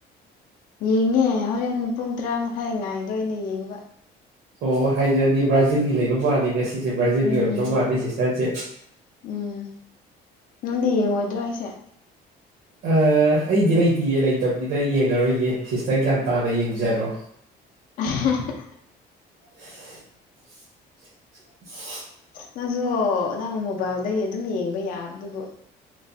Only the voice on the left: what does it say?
ꯌꯦꯡꯉꯦ ꯍꯣꯔꯦꯟ ꯄꯨꯡ ꯇ꯭ꯔꯥ ꯃꯈꯥꯏ ꯉꯥꯏꯗꯣꯏꯅꯦ ꯌꯦꯡꯕ
ꯎꯝ
ꯎꯝ ꯅꯪꯗꯤ ꯌꯦꯡꯉꯣꯏꯗ꯭ꯔꯣ ꯍꯥꯏꯁꯦ
<unintelligible>
ꯅꯪꯁꯨ ꯅꯪ ꯃꯣꯕꯥꯏꯜꯗꯒꯤ ꯑꯗꯨꯝ ꯌꯦꯡꯕ ꯌꯥꯕꯗꯨꯕꯨ